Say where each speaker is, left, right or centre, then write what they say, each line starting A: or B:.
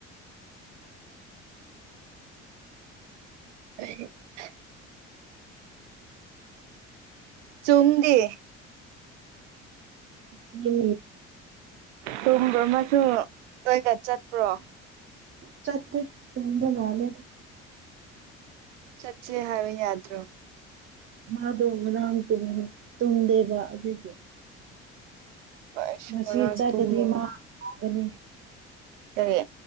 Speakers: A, on the right (about 80°); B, on the right (about 35°).
A: <unintelligible> ꯆꯨꯡꯗꯤ
B: ꯅꯤ
A: ꯇꯣꯡꯕꯃꯁꯨ ꯅꯣꯏꯒ ꯆꯠꯄ꯭ꯔꯣ
B: ꯆꯠꯇ ꯇꯨꯝꯕ ꯃꯥꯜꯂꯦ
A: ꯆꯠꯆꯦ ꯍꯥꯏꯕ ꯌꯥꯗ꯭ꯔꯣ
B: ꯃꯥꯗꯣ ꯉꯔꯥꯡ ꯇꯨꯝ ꯇꯨꯝꯗꯦꯕ ꯑꯗꯨꯒꯤ
A: ꯑꯩꯁꯨ
B: ꯉꯁꯤ
A: ꯉꯔꯥꯡ
B: ꯆꯠꯂꯗꯤ
A: ꯇꯨꯝꯃꯨꯔꯦ
B: ꯃꯥ ꯋꯥꯒꯅꯤ
A: ꯀꯔꯤ